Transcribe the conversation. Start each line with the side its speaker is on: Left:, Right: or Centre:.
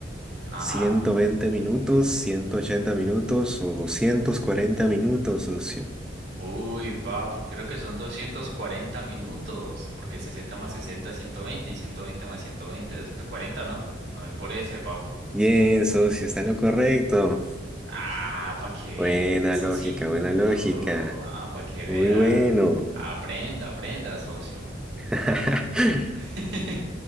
Centre: ciento
Right: Ajá.
Centre: veinte minutos, 180 minutos o doscientos cuarenta minutos, socio?
Right: Uy, papu, creo que son 240 minutos, porque 60 más 60 es veinte y 120 más 120 es cuarenta, ¿no? Me voy por ese, papu.
Centre: Bien, socio, está en lo correcto.
Right: Ah, para que vea,
Centre: Buena
Right: socito.
Centre: lógica, buena lógica.
Right: Ah, para que vea.
Centre: Muy bueno.
Right: Aprenda, aprenda, socio.
Centre: <laughs>
Right: <laughs>